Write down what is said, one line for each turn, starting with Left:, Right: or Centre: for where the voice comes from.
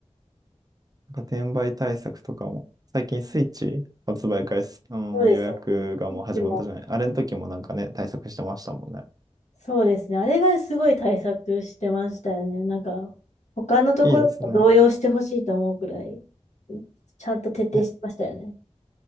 Right: 転売対策とかも、最近スイッチ発売開始、あの予約がもう始まったじゃない。
Left: そうですよね。でも、
Right: あれの時もなんかね、対策してましたもんね。
Left: そうですね。あれがすごい対策してましたよね。なんか、他のところと動揺してほしいと思うくらい、
Right: いいですね。
Left: ちゃんと徹底してましたよね。
Right: ね、